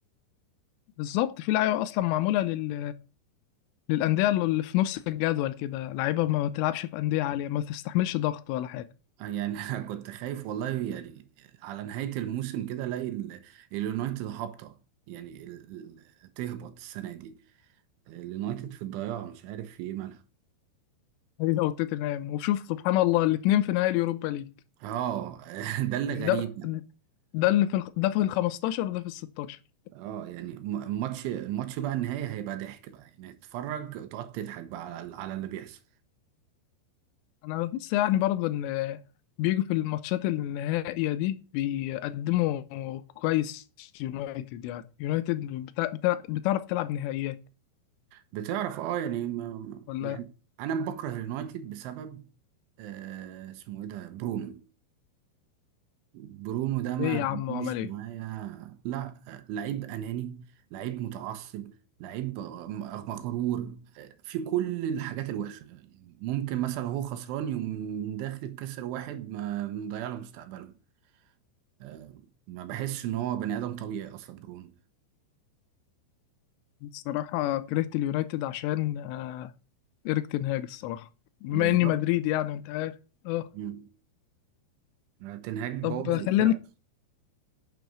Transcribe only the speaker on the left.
بالظبط في لعيبه اصلا معموله لل... للانديه اللي في نص الجدول كده لعيبه ما تلعبش في انديه عاليه ما تستحملش ضغط ولا حاجه
هي وتوتنهام وشوف سبحان الله الاثنين في نهائي اليوروبا ليج
يعني
ده ده اللي في ال... ده في ال 15 وده في ال 16
انا بحس يعني برضه ان بيجوا في الماتشات النهائية دي بيقدموا كويس يونايتد يعني يونايتد بتع... بتع... بتعرف تلعب نهائيات
ولا
ايه يا
عم وعمل ايه
الصراحة كرهت اليونايتد عشان آه، إيريك تنهاج الصراحة بما
إني مدريدي يعني أنت عارف أه
طب
خليني